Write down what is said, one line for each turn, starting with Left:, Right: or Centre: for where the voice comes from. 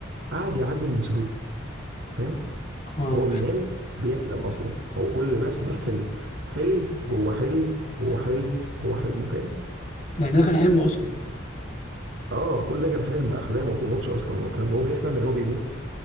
Right: قعد يعدل من سلوكه أنت فاهم
Left: اه
Right: هو بينام بيحلم اصلا هو كل اللي بيحصل ده حلم حلم جوه حلم جوه حلم جوه حلم فاهم
Left: يعني ده كان حلم اصلا
Right: اه كل ده كان حلم احلام وما بيموتش اصلا والكلام ده هو بيحلم ان هو بيموت